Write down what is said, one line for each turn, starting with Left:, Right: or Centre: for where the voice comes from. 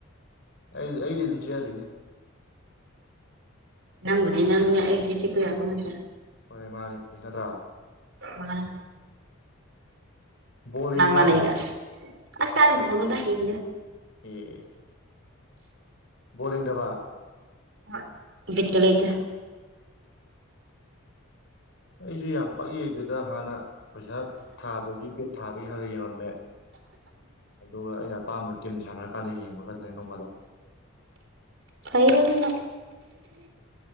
Left: ꯑꯩꯗꯤ ꯑꯩꯗꯤ ꯑꯗꯨꯝ ꯆꯤꯛꯍꯜꯂꯤꯅꯦ
Right: ꯅꯪꯕꯨꯗꯤ ꯅꯪꯅ ꯑꯩꯗꯤ ꯆꯤꯛꯄꯣꯠ ꯅꯠꯇꯦ
Left: ꯍꯣꯏ ꯃꯥꯅꯦ ꯅꯠꯇ꯭ꯔ
Right: ꯃꯥꯟꯅꯦ
Left: ꯕꯣꯜ
Right: ꯐꯪꯅꯥ
Left: ꯌꯦꯡꯕ꯭ꯔꯣ
Right: ꯂꯩꯒ ꯑꯁ ꯀꯥꯏ ꯕꯣꯜꯅꯣꯗ ꯌꯦꯡꯗꯦ
Left: ꯑꯦ ꯕꯣꯟ ꯌꯦꯡꯗꯕ
Right: ꯍꯣꯏ ꯕꯤꯠꯀ ꯂꯩꯇꯦ
Left: ꯑꯩꯁꯨ ꯌꯥꯝ ꯄꯛ ꯌꯦꯡꯗꯦꯗ ꯍꯥꯟꯅ ꯄꯩꯁꯥ ꯊꯥꯕꯒꯤ ꯕꯦꯠ ꯊꯥꯕꯒꯤ ꯈꯔꯒ ꯌꯦꯡꯉꯝꯃꯦ ꯑꯗꯨꯒ ꯑꯩꯅ ꯑꯄꯥꯝꯕ ꯇꯤꯝ ꯁꯥꯟꯅꯔꯀꯥꯟꯗ ꯌꯦꯡꯕ ꯈꯛꯇꯅꯦ ꯅꯣꯡꯐꯥꯗꯣꯛ
Right: ꯐꯩ ꯑꯗꯨꯅ